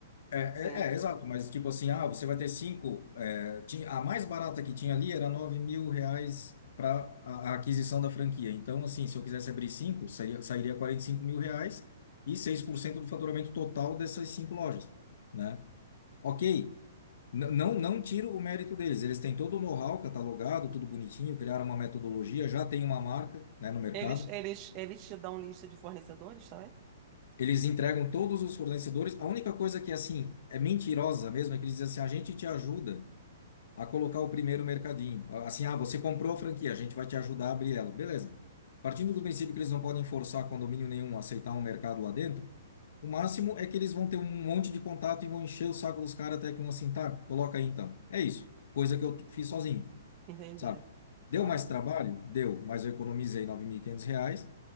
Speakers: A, on the left (about 60°); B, on the right (about 25°).
A: É, é,
B: Sim.
A: é, exato, mas tipo assim, ah, você vai ter cinco. é, tinha, a mais barata que tinha ali era nove mil reais para a, a aquisição da franquia. Então, assim, se eu quisesse abrir cinco, seria, sairia quarenta e cinco mil reais e 6% do faturamento total dessas cinco lojas, né? Ok, n- não, não tiro o mérito deles. Eles têm todo o know-how catalogado, tudo bonitinho, criaram uma metodologia, já tem uma marca, né, no mercado.
B: Eles, eles, eles te dão lista de fornecedores também?
A: Eles entregam todos os fornecedores. A única coisa que, assim, é mentirosa mesmo é que eles dizem assim: a gente te ajuda. a colocar o primeiro mercadinho. Ah, Assim, ah, você comprou a franquia, a gente vai te ajudar a abrir ela. Beleza. Partindo do princípio que eles não podem forçar condomínio nenhum a aceitar um mercado lá dentro, o máximo é que eles vão ter um monte de contato e vão encher o saco dos caras até que um assim, tá, coloca aí então. É isso. Coisa que eu t- fiz sozinho,
B: Entendi.
A: sabe? Deu
B: Aham.
A: mais trabalho? Deu, mas eu economizei R$ quinhentos reais